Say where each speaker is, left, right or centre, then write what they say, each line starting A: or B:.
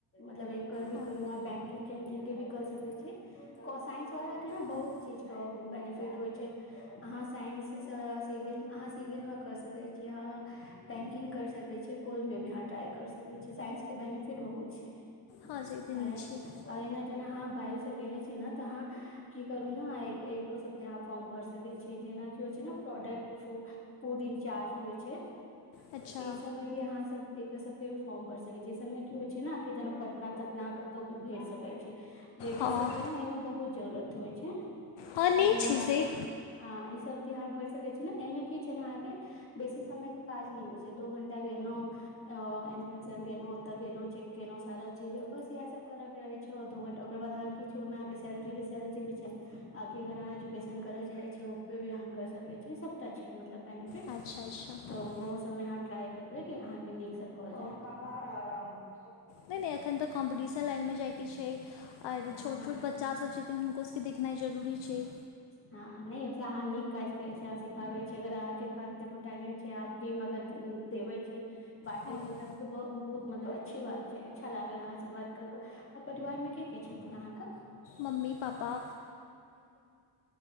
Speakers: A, on the left; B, on the left.
A: मतलब एक करबे
B: हँ
A: करु अहाँ बैंकिंग तैंकिंग के भी कर सकै छी, साइंस वाला के ने
B: हँ
A: बहुत चीजके बेनिफिट होइ छै। अहाँ साइंससँ सिविल अहाँ सिविल मे कर सकैत छी, अहाँ बैंकिंग कर सकैत छी। कोइमे भी अहां ट्राइ करि सकै छियै साइंसके बेनिफिट बहुत छै
B: हँ से तऽ
A: और
B: नीक छै
A: एना जेना अहाँ बायो से केने छी न ने तऽ अहाँ की करू ने एकरो सबके अहाँ फॉर्म भर सकै छियै जेनााकि होइ छै ने प्रोडक्ट फूड फूडिंग चार्ज होइ छै
B: अच्छा
A: तऽ ऐ सब मे कि अहाँ सब एकर सब के भी फॉर्म भर सकै छियै ऐ सब मे की होइ छै ने जेना पटना तटना तो भी भरि सकै छियै। लेडीज
B: हँ
A: सबके ने एहिमे बहुत जरूरत होइ छै
B: हँ नीक
A: तऽ जेना
B: छै से
A: हँ ई सब भी अहाँ भरि सकै छीै ने एऐ मे की होइ छै ने अहाँके बेसी समयके काज नहि होइ छै, दो घंटा गेलौं अ इन्सपक्शन गेलहु ओतऽ गेलहुं चेेक केेलहुं, सारा चीज बस इह सब करा के रहै छै दु घंटा ओकर बाद अहां के किछो नै, अहां के सैनिटरी गिफ्ट चलै छै आगे अगर अहाँ एजुकेशन करए चाहे छियै भी अहाँ कर सकै छी, ई सब अच्छा छै मतलब बेनिफिट
B: अच्छा अच्छा हँ
A: त
B: हँ
A: ओ सब अहाँ ट्राई करबै कि अहाँके नीक सब भऽ जायत।
B: नै नै एखन तऽ कॉम्पटिशन लाइन में जाय के छै आर
A: हँ
B: छोट छोट बच्चा सब छै। लेकिन हुनको सबके देखनाइ जरूरी छै।
A: हँ नहि अहाँ नीक काज करै छियै अहाँ सिखाबै छियै अगर अहाँके पास देखो टैलेंट छै अहां जै मे अगर देबै छी बाँटे
B: हँ
A: छी तऽ हम बहुत मतलब अच्छी बात छै अच्छा लागल अहाँ से बात कऽ कऽ आ परिवार मे के के छथिन अहाँके
B: मम्मी पाापा